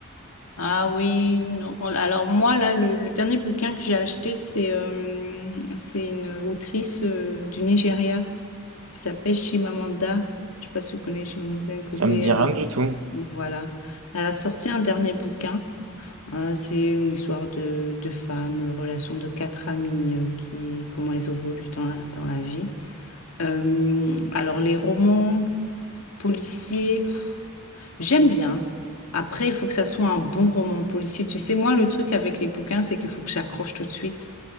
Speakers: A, on the left; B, on the right.
A: Ah oui, non. Alors moi là le, le dernier bouquin que j'ai acheté c'est euh, c'est une autrice euh, du Nigeria qui s'appelle Chimamanda. Je sais pas si vous connaissez Chimamanda Ngozi,
B: Ça me
A: elle
B: dit rien du tout.
A: voilà. Elle a sorti un dernier bouquin. Ah, c'est une histoire de, de femmes, euh, relation de quatre amies, euh, qui, comment elles évoluent dans la, dans la vie. Euh, alors, les romans policiers, pff, j'aime bien. Après, il faut que ça soit un bon roman policier. Tu sais, moi, le truc avec les bouquins, c'est qu'il faut que j'accroche tout de suite.